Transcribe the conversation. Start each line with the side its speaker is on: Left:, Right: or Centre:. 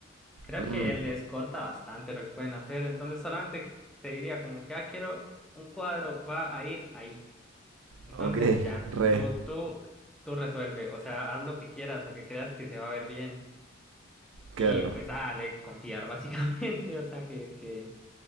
Centre: Creo
Right: Mm,
Centre: que les corta bastante lo que pueden hacer, entonces solamente te diría como que, ah, quiero un cuadro, va a ir ahí. Entonces
Right: ok,
Centre: ya
Right: re,
Centre: tú, tú, tú resuelve, o sea, haz lo que quieras, lo que creas que se va a ver bien
Right: claro.
Centre: y pues dale, confiar básicamente, <laughs> o sea, que, que,